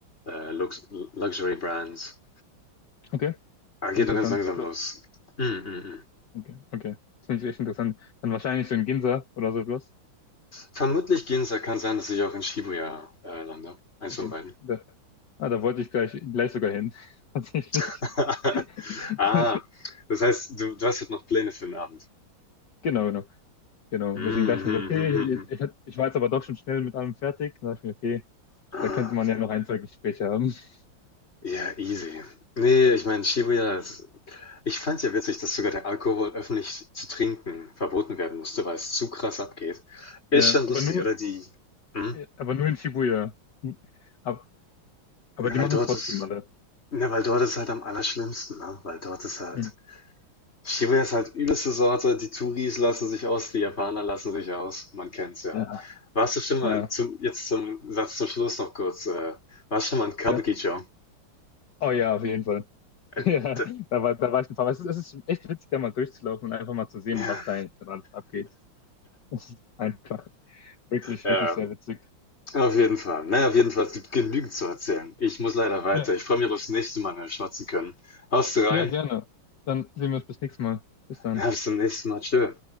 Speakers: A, on the left; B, on the left.
A: äh, Lux Luxury Brands.
B: okay,
A: Ah, geht
B: interessant.
A: nur ganz langsam
B: So,
A: los. Mm, mm, mm.
B: okay, okay. Das finde ich echt interessant. Dann wahrscheinlich so in Ginza oder so etwas.
A: Vermutlich Ginza kann sein, dass ich auch in Shibuya äh, lande. Eins
B: Okay.
A: von beiden.
B: Da, ah, da wollte ich gleich, gleich sogar hin. <laughs> Tatsächlich.
A: <laughs>
B: <laughs>
A: Ah, das heißt, du, du hast jetzt noch Pläne für den Abend.
B: Genau, genau, genau.
A: Mhm.
B: Deswegen dachte ich mir so, okay, ich, ich, ich war jetzt aber doch schon schnell mit allem fertig. Dann dachte ich mir, okay,
A: Ah,
B: da könnte
A: okay.
B: man ja noch ein, zwei Gespräche haben. <laughs>
A: Ja, easy. Nee, ich meine, Shibuya ist. Ich fand's ja witzig, dass sogar der Alkohol öffentlich zu trinken verboten werden musste, weil es zu krass abgeht. Ist
B: Ja,
A: schon
B: aber
A: lustig,
B: nur,
A: oder? Die. Hm?
B: äh, aber nur in Shibuya. Hm. Aber, aber
A: Ja,
B: die
A: weil
B: machen
A: dort
B: es trotzdem
A: ist.
B: alle.
A: Ja, weil dort ist halt am allerschlimmsten, ne? Weil dort ist halt.
B: Hm.
A: Shibuya ist halt übelste Sorte. Die Touris lassen sich aus, die Japaner lassen sich aus. Man kennt's ja.
B: Ja.
A: Warst du schon mal,
B: Ja,
A: zum, jetzt zum Satz zum Schluss noch kurz, äh, warst schon mal in Kabukicho?
B: ja. Oh ja, auf jeden Fall. <laughs>
A: Äh,
B: Ja,
A: d-
B: da war, da war ich ein paar Mal. Es ist, es ist echt witzig, da mal durchzulaufen und einfach mal zu sehen,
A: ja,
B: was da eigentlich gerade abgeht. <laughs> Das ist einfach wirklich,
A: ja,
B: wirklich sehr witzig.
A: auf jeden Fall. Naja, auf jeden Fall, es gibt genügend zu erzählen. Ich muss leider weiter.
B: Ja,
A: Ich freue mich, ob wir das nächste Mal mehr schwatzen können. Haust du rein?
B: ja, gerne. Dann sehen wir uns bis nächstes Mal. Bis dann.
A: Ja, bis zum nächsten Mal. Tschö.